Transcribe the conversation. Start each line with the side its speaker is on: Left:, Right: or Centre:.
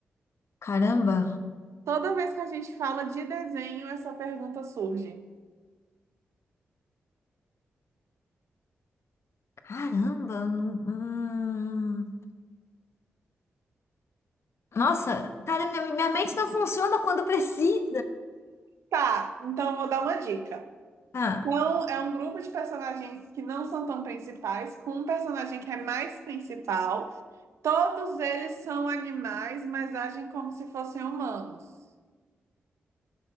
Left: Caramba.
Right: Toda vez que a gente fala de desenho, essa pergunta surge.
Left: Caramba. eu não- Hum. Nossa, cara, minha, minha mente não funciona quando precisa.
Right: Tá, então eu vou dar uma dica.
Left: Ah.
Right: Então, é um grupo de personagens que não são tão principais, com um personagem que é mais principal. Todos eles são animais, mas agem como se fossem humanos.